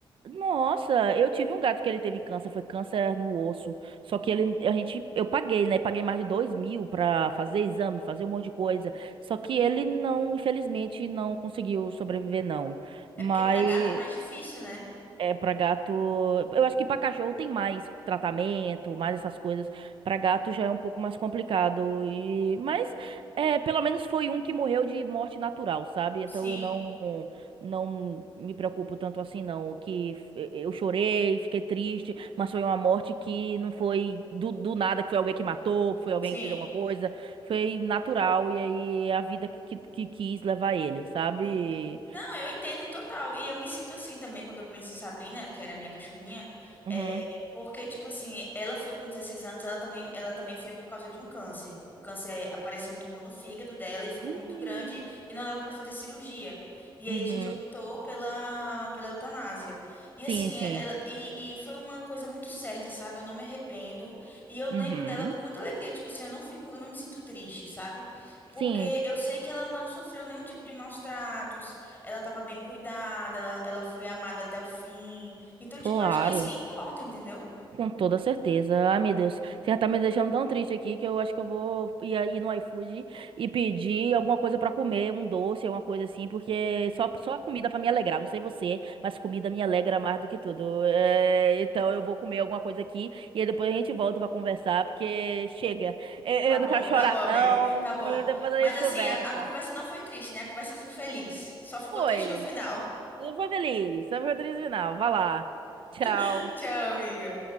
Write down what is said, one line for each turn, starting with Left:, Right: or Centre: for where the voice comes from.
Right: Nossa, eu tive um gato que ele teve câncer, foi câncer no osso. Só que ele, a gente, eu paguei, né? Paguei mais de dois mil pra fazer exame, fazer um monte de coisa. Só que ele não, infelizmente, não conseguiu sobreviver, não.
Left: É
Right: Mas
Left: porque pra gato é mais difícil, né?
Right: é, pra gato. Eu acho que pra cachorro tem mais tratamento, mais essas coisas. Pra gato já é um pouco mais complicado. E... Mas, é, pelo menos foi um que morreu de morte natural, sabe?
Left: Sim,
Right: Então eu não, não me preocupo tanto assim, não. O que f- eu chorei, fiquei triste, mas foi uma morte que não foi do, do nada, que foi alguém que matou, que foi alguém
Left: sim.
Right: que fez alguma coisa. Foi natural, e aí é a vida que, que, que quis levar ele, sabe?
Left: Sim. Não, eu entendo total. E eu me sinto assim também quando eu penso em Sabrina, que era a minha cachorrinha.
Right: Uhum.
Left: É, porque, tipo assim, ela foi com 16 anos, ela também, ela também foi por causa de um câncer. O câncer é, apareceu um tumor no fígado dela e ficou muito
Right: Ih.
Left: grande e não dava pra fazer cirurgia. E
Right: Uhum.
Left: aí a gente optou pela, pela eutanásia. E
Right: Sim,
Left: assim,
Right: sim.
Left: é- ela, e, e foi uma coisa muito certa, sabe? Eu não me arrependo. E eu lembro
Right: Uhum.
Left: dela com muita alegria. Tipo assim, eu não fico, eu não me sinto triste, sabe? Porque
Right: Sim,
Left: eu sei que ela não sofreu nenhum tipo de maus tratos, ela estava bem cuidada, ela, ela foi amada até o fim. Então,
Right: claro.
Left: tipo, eu acho que isso que importa, entendeu?
Right: Com toda certeza. Ai, meu Deus. Você já tá me deixando tão triste aqui que eu acho que eu vou ir, aí no iFood e pedir alguma coisa pra comer, um doce, alguma coisa assim, porque só, só comida pra me alegrar. Não sei você, mas comida me alegra mais do que tudo. É, então eu vou comer alguma coisa aqui e aí depois a gente volta pra conversar, porque chega. Eu,
Left: Tá
Right: eu
Left: bom,
Right: não quero chorar,
Left: tá bom, amiga.
Right: não.
Left: Tá bom.
Right: Depois a
Left: Mas
Right: gente
Left: assim,
Right: conversa.
Left: a, a conversa não foi triste, né? A conversa foi feliz. Só ficou
Right: Foi.
Left: triste no final.
Right: Eu fui feliz. eu foi o final. Vai lá. Tchau.
Left: <laughs> Tchau, amiga.